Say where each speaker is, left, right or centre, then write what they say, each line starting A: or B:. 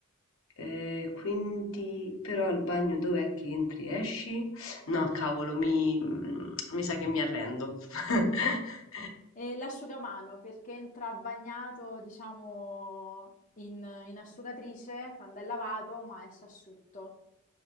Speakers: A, on the left; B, on the left.
A: Eh, quindi, però al bagno dov'è che entri e esci? No, cavolo, mi, mi sa che mi arrendo. <laughs>
B: E l'asciugamano perché entra bagnato, diciamo, in, in asciugatrice quando è lavato, ma esce asciutto.